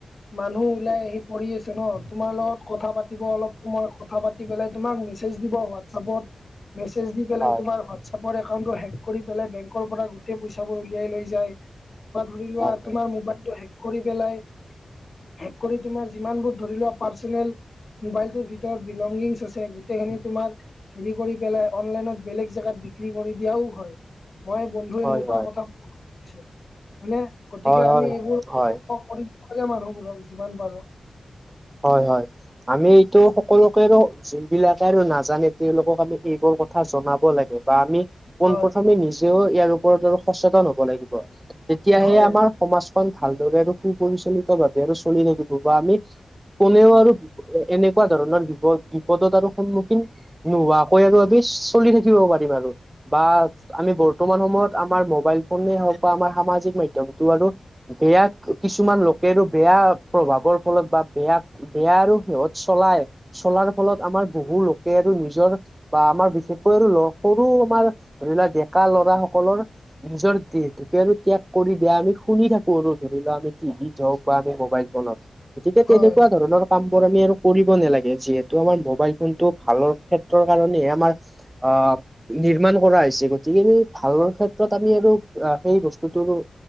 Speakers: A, on the left (about 50°); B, on the right (about 15°).
A: মানুহ ওলাই আহি পঢ়ি আছে ন তোমাৰ লগত, কথা পাতিব অলপ সময়ত কথা পাতি পেলাই তোমাক মেছেজ দিব হোৱাটছআপত, মেছেজ দি পেলাই
B: হয়
A: তোমাৰ, চোবৰ একাউণ্টটো হেক কৰি পেলাই বেংকৰ পৰা গোটেই পইচাাবোৰ উলিয়াই লৈ যায়, ধৰি লোৱা
B: হয়
A: তোমাৰ মোবাইলটো শেক কৰি পেলাই, হে কৰি তোমাৰ যিমানবোৰ ধৰি লোৱা পাৰ্চনেল, মোবাইলটোৰ ভিতৰত বিলংগিংছ আছে গোটেইখিনি তোমাৰ, হেৰি কৰি পেলাই অনলাইনত বেলেগ জেগাত বি, কি কৰি দিয়াও হয় মই বন্ধু
B: হয়
A: এনেকুৱা
B: হয়
A: কথাছো মানে,
B: হয়
A: গতিকে
B: হয়
A: আমি
B: হয়
A: এইবোৰ সতৰ্ক
B: হয়
A: কৰি লাগে মানুহবোৰক যিমান পাৰো।
B: হয় হয় আমি এইটো সকলোকে আৰু, যি বিলাকে আৰু নাজানে তেওঁলোকক আমি এইবোৰ কথা জনাব লাগে বা আমি পোন
A: হয়
B: প্ৰথমে নিজেও ইয়াৰ ওপৰত আৰু সচেতন হব লাগিব তেতিয়াহে
A: হয়
B: আমাৰ সমাজ, খন ভালদৰে আৰু সুপৰিচালিত ভাৱে আৰু চলি থাকিব বা আমি, কোনেও আৰু এনেকুৱা ধৰণৰ বিপদ বিপদত আৰু সন্মুখীন, নোহোৱাকৈ আৰু আমি চলি থাকিব পাৰিম আৰু বা আমি বৰ্তমান সময়ত, আমাৰ মোবাইল ফোনে হওক বা আমাৰ সামাজিক মাধ্যয়মটো আৰু, বেয়া কিছুমান লোকে বেয়া প্ৰভাৱৰ ফলত বা বেয়া, বেয়া আৰু সিহত চলাই চলাৰ ফলত আমাৰ বহু লোকে আৰু নিজৰ বা আমাৰ বিশেষকৈ আৰু সৰু আমাৰ ধৰি লোৱা ডেকা লৰা সকলৰ নিজৰ দেতুকে আৰু ত্যাগ কৰি দিয়া আমি শুনি থাকো আৰু ধৰি লও আমি টিভিত হওক বা আমি মোবাইল বনত গতিকে
A: হয়
B: তেনেক ধৰণৰ কাম বোৰ আমি আৰু কৰিব নালাগে যিহেতু আমাৰ মোবাইল ফোনটো ভালৰ ক্ষেত্ৰৰ কাৰণে আমাৰ অ নিৰ্মাণ কৰা হৈছে গতিকেম ভালৰ ক্ষেত্ৰত আমি আৰু সেই বস্তুটো